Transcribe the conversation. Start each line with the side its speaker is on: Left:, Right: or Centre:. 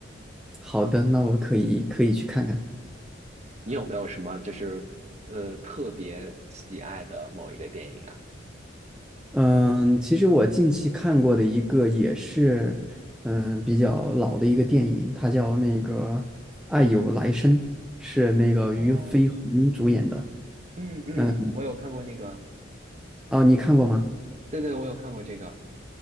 Centre: 好的，那我可以可以去看看。
Right: 你有没有什么就是呃特别喜爱的某一个电影啊？
Centre: 嗯，其实我近期看过的一个也是，嗯，比较老的一个电影，它叫那个《爱有来生》，是那个俞飞鸿主演的。
Right: 哦，嗯嗯，
Centre: 嗯，
Right: 我有看过那个，
Centre: 哦，你看过吗？
Right: 对对，我有看过这个。